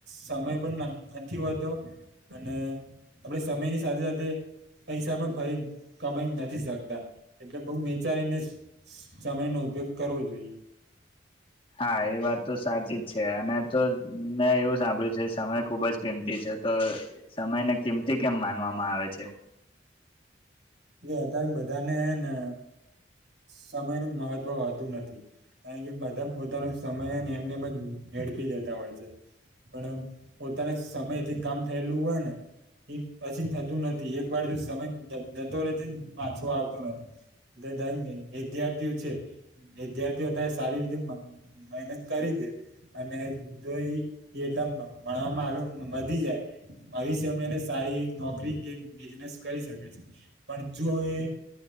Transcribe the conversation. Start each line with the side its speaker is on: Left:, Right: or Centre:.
Right: સમય પણ નથી હોતો અને અને આપડ સમય ની સાથે સાથે પૈસા પણ ફરી કમાઈ નથી શકતા એટલે બઉ વિચારીને સમય ન ઉપયોગ કરવો જોઈએ.
Left: હા એ વાત તો સાચી જ છે અને તો મેં એવું સાંભળ્યું છે સમય ખુબ જ કિંમતી છે. તો સમયને કિંમતી કેમ માનવામાં આવે છે?
Right: એ અત્યારે બધાને ને સમય નું મહત્વ હોતું નથી. કારણ કે બધા પોતાનો, સમય એમને એમજ એડપી દેતા હોય છે. પણ પોતાના સમય, જે કામ થયેલુ હોય ને એ પછી થતુ નથી, એક વાર જો સમય તો માછું આવતુ નથી, એટ વિદ્યાર્થીઓ છે, વિદ્યાર્થીઓ સારી રીતે મહેનત કરી, દે અને જો એટલા આગળ વધી જાય, આવીષ એને સારી નોકરી કે બિઝનેસ કરી શકે છે. પણ જો એ